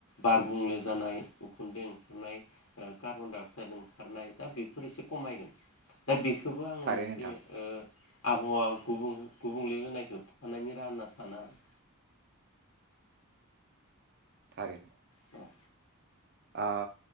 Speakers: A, on the left; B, on the right.
A: बार गुंले जानाय उखुन्दै ओंखारनाय कार्बन-डाइ-अक्साइद ओंखारनाय दा बेफोर एसे खमायगोन, दा बे खौबो आंङो
B: थारैनो
A: मोनसे
B: नोंथां
A: आबहावा गुबुं-गुबुंले होनायखौ होबथानायनि राहा होनना साना आरो।
B: थारैनो
A: औ
B: ओ